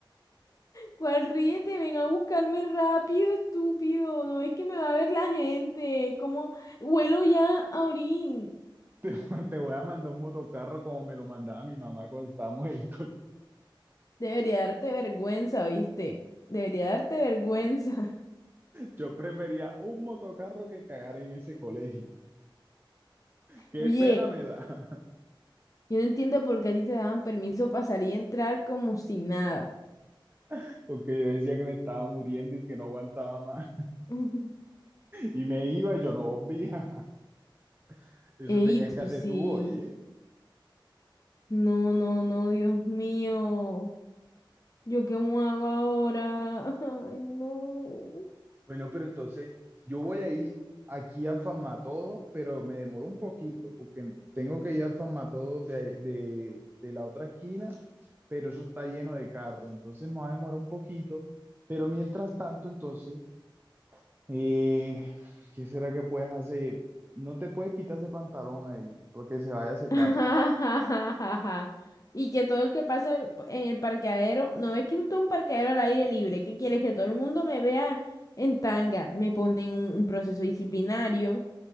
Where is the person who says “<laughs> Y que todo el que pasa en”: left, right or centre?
Left